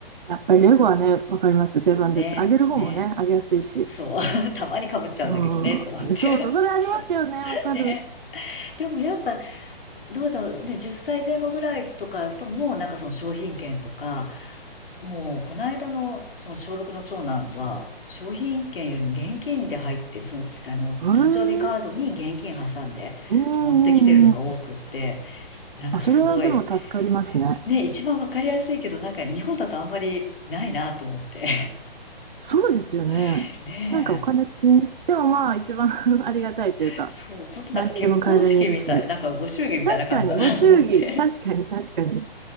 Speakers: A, on the right; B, on the left.
A: やっぱりレゴはね、わかります。定番です。
B: ね、
A: あげる方もね、
B: ね。
A: あげやすいし。
B: そう。<laughs> たまに被っちゃうんだけどね、
A: うん、
B: と思って。
A: そうそう、
B: <laughs>
A: それありますよね、
B: そう。
A: わかる。
B: ね。でもやっぱ、どうだろうね、10歳前後ぐらいとかだともうなんかその商品券とか、もう、この間の、その小6の長男は、商品券よりも現金で入ってる、その、あの、
A: へえ、うん
B: 誕生日カードに現金挟んで持ってきてるのが多くって、
A: うんうん。
B: なんかすごい、
A: あ、それはでも助かりますね。
B: ね、一番わかりやすいけど、なんか日本だとあんまりないなと思って。
A: そうですよね。
B: <laughs> ね
A: なんかお金ってね、でもまあ一番 <laughs> ありがたいというか、
B: え。そう、ほんとなんか結婚式みたい、
A: 何にでも変えられるし。
B: なんかご祝儀みたいな感じだなと思って。
A: 確かに、ご祝儀、確かに確かに。